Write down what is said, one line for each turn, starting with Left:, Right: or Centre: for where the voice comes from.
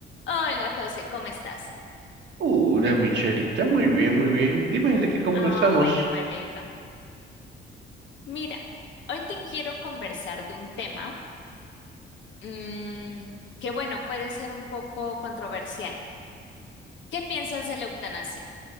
Left: Hola José, ¿cómo estás?
Right: Hola, mi charita, muy bien, muy bien. Dime de qué conversamos.
Left: Ah, bueno, me alegro. Mira, hoy te quiero conversar de un tema mm, que, bueno, puede ser un poco controversial. ¿Qué piensas de la eutanasia?